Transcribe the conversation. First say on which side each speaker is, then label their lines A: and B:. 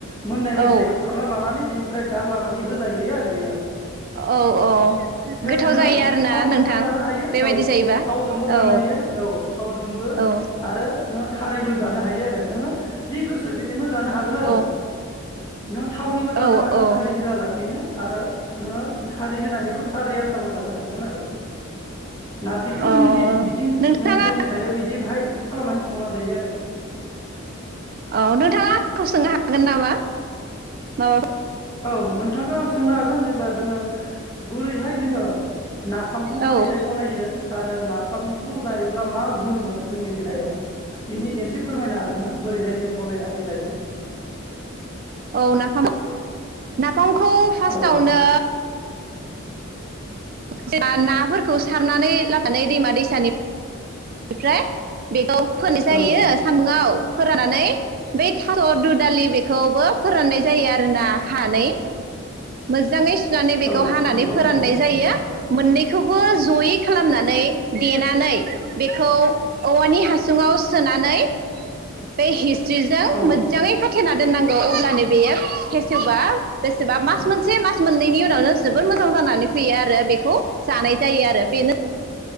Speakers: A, on the left; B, on the right.
A: मोननाय बायसा
B: औ
A: एवफ्रामना लानानै बिनि ओमफ्राय गारलानानै हो जायो आरो बे आरो
B: औ औ गोथाव
A: नोङो
B: जायो आरोना
A: थावजोंबो
B: नोंथां
A: जानो हायो
B: बेबायदि
A: औ
B: जायोबा
A: थावजोंबो जानो
B: औ
A: हायो औ थावजोंबो
B: औ
A: आरो नोङो खारैबो जानो हायो आरो नोङो जि गोसो बि बेजोंनो जानो हागोन आरो
B: औ
A: नों थावनिबो जानो
B: औ औ
A: हागोन खारै होआलासि बेनो आरो नोङो खारै होनानैबो खारै आन्थाबो जानो हागोन आरो नारजिखौ जोंनि
B: औ
A: बिजों
B: नोंथाङा
A: जोंनि साइडआव बिदि बाहाय खालामनानै संना जायो आरो
B: औ नोंथाङा आंखौ सोंनो हागोन नामा? औ
A: औ नोंथांखौ आं सोंनो हागोन जेनेबा जोङो बोरैहाय जोङो नाफामखौ
B: औ
A: बोरैहाय बनायो आरो नाफामखौ जायोब्ला मा गुन मोनो जोंनि देहायाव बिनि एसे फोरमायनो हागोन ना बोरैहाय जों बनायनानै जायो?
B: औ नाफामा ना खौ फार्स्टावनो
A: औ
B: जब नाफोरखौ सारनानै लाबोनानै दैमा दैसानि बेनिफ्राय बेखौ फोरानाय जायो
A: औ
B: सान्दुंङआव फोराननानै बे थालर दुदालि बेखौबो फोराननाय जायो आरो ना हानै मोजाङै सुनानै बेखौ
A: औ
B: हानानै
A: नंगौ
B: फोराननाय
A: नोंथां
B: जायो मोननैखौबो जयै खालामनानै देनानै बेखौ औवानि हासुङाव सोनानै बे हि स्रिजों
A: औ
B: मोजाङै खाथेना दोननांगौ अब्लानो बेयो फेसेवबा बेसेबा मास मोनसे मास मोननैनि उनावनो जोबोद मोजां जानानै फैयो आरो बेखौ जानाय जायो आरो बेनो